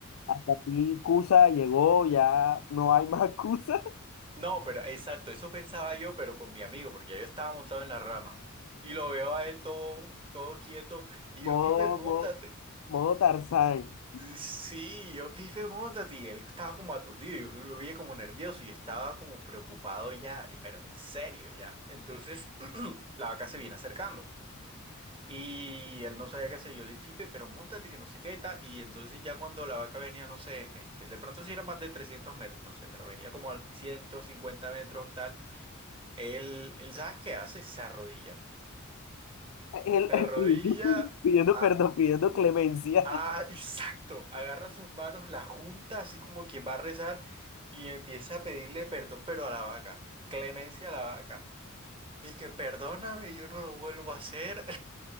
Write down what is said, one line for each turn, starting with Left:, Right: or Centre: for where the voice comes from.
Left: Hasta aquí Cusa llegó, ya no hay más Cusa.
Right: No, pero exacto, eso pensaba yo, pero con mi amigo, porque ya yo estaba montado en la rama. Y lo veo a él todo, todo quieto,
Left: <laughs>
Right: y
Left: Modo,
Right: yo, Pipe, montate.
Left: modo, modo Tarzán.
Right: Sí, yo, Pipe, montate. Y él estaba como aturdido, yo lo vi como nervioso, y yo estaba como preocupado ya, eh, pero en serio ya. Entonces, <clears throat> la vaca se viene acercando. Y él no sabía qué hacer, yo le dije, Pipe, pero montate, que no sé qué y tal. Y entonces ya cuando la vaca venía, no sé, este, de pronto sí era más de 300 metros, no sé, pero venía como a 150 metros, tal. Él, él, ¿sabes qué hace? Se arrodilla.
Left: Él
Right: Se arrodilla
Left: <laughs> pidiendo, pidiendo
Right: a,
Left: perdón, pidiendo clemencia.
Right: a- exacto, agarra sus manos, la junta así como quien va a rezar y empieza a pedirle perdón, pero a la vaca, clemencia a la vaca. Y que perdóname, yo no lo vuelvo a hacer.